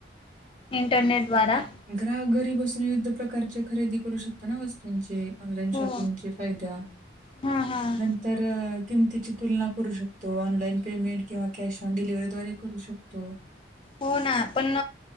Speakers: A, on the left; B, on the right.
A: इंटरनेट द्वारा
B: ग्राहक घरी बसून विविध प्रकारचे खरेदी करू शकतो ना वस्तूंचे? ऑनलाइन
A: हो
B: शॉपिंगचे फायद्या
A: हां हां
B: नंत र किमतीची तुलना करू शकतो, ऑनलाइन पेमेंट किंवा कॅश ऑन डिलिव्हीद्वारे करू शकतो.
A: हो ना पण